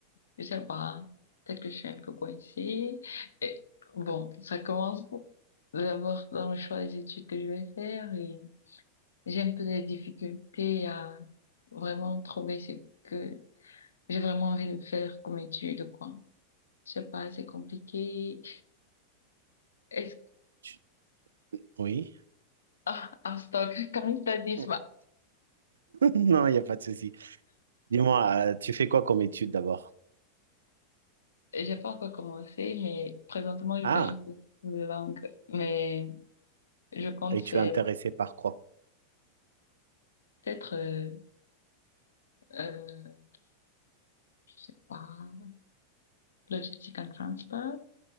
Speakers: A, on the left; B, on the right.
A: je sais pas, peut-être que je suis un peu coincée. Et, bon, ça commence d'abord dans le choix des études que je vais faire et j'ai un peu des difficultés à vraiment trouver ce que j'ai vraiment envie de faire comme étude, quoi. Je sais pas, c'est compliqué. Est-ce
B: Tu- Oui?
A: Ah, en stock, comme il ça dit,
B: <laughs> Non, il n'y a pas de souci. Dis-moi, euh, tu fais quoi comme étude d'abord?
A: J'ai pas encore commencé, mais présentement, je
B: Ah,
A: fais juste des cours de langue. Mais je compte
B: et
A: faire
B: tu es intéressé par quoi?
A: peut-être, euh, euh, je sais pas, logistique and transport,